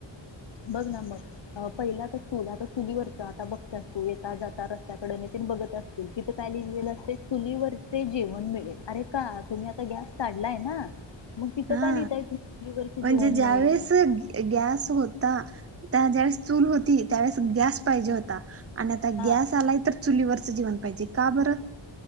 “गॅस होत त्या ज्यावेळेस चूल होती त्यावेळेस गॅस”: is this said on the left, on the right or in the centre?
Right